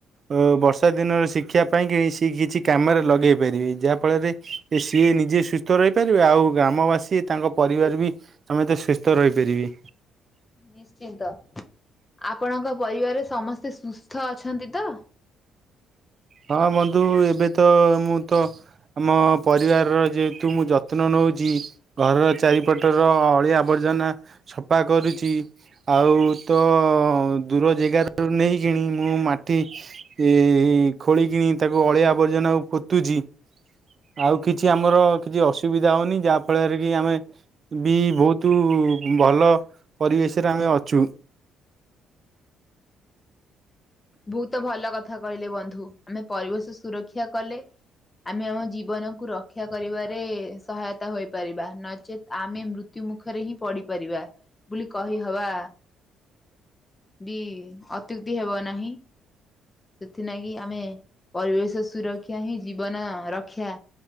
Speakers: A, on the right; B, on the left.
A: ଅ ବର୍ଷା ଦିନର ଶିକ୍ଷା ପାଇଁ କି ସେ କିଛି କାମରେ ଲଗେଇ ପାରିବେ ଯାହା ଫଳରେ ଯେ ସିଏ ନିଜେ ସୁସ୍ଥ ରହିପାରିବେ ଆଉ ଗ୍ରାମବାସୀ ତାଙ୍କ ପରିବାର ବି ତମେତେ ସୁସ୍ଥ ରହିପାରିବି
B: ନିଶ୍ଚିନ୍ତ। ଆପଣଙ୍କ ପରିବାରରେ ସମସ୍ତେ ସୁସ୍ଥ ଅଛନ୍ତି ତ?
A: ହଁ ବନ୍ଧୁ। ଏବେ ତ ମୁଁ ତ ଆମ ପରିବାରର ଯେହେତୁ ମୁଁ ଯତ୍ନ ନେଉଛି ଘରର ଚାରିପଟର ଅଳିଆ ଆବର୍ଜନା ସଫା କରୁଛି। ଆଉ ତ ଦୂର ଜାଗାାରୁ ନେଇକଣି ମୁଁ ମାଟି ଏ ଖୋଳ କିଣି ତାକୁ ଅଳିଆ ଆବର୍ଜନା ପୋତୁଛି। ଆଉ କିଛି ଆମର କିଛି ଅସୁବିଧା ହଉନି ଯାହା ଫଳରେ କି ଆମେ ବି ବହୁତ ଭଲ ପରିବେଶରେ ଆମେ ଅଛୁ।
B: ବହୁତ ଭଲ କଥା କହିଲେ ବନ୍ଧୁ ଆମେ ପରିବେଶ ସୁରକ୍ଷା କଲେ ଆମେ ଆମ ଜୀବନକୁୁ ରକ୍ଷା କରିବାରେ ସହାୟତା ହୋଇ। ନଚେତ୍ ଆମେ ମୃତ୍ୟୁ ମୁଖରେ ହିଁ ପଡିପାରିବା ବୋଲି କହିହବା ବି ଅତ୍ୟୁକ୍ତି ହେବ ନାହିଁ। ସେଥିଲାଗି ଆମେ ପରିବେଶ ସୁରକ୍ଷା ହିଁ ଜୀବନ ରକ୍ଷା।